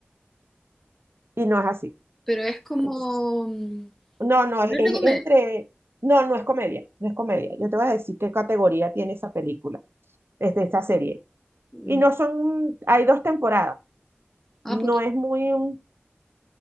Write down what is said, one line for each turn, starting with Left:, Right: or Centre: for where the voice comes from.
Right: Y no es así.
Centre: pero es como...
Right: Entonces,
Centre: mm,
Right: no, no, es,
Centre: No
Right: es
Centre: es de comedia.
Right: entre... No, no es comedia, no es comedia. Yo te voy a decir qué categoría tiene esa película, desde esa serie.
Centre: Mm,
Right: Y no son, hay dos temporadas.
Centre: Ah,
Right: No
Centre: porque,
Right: es muy, un-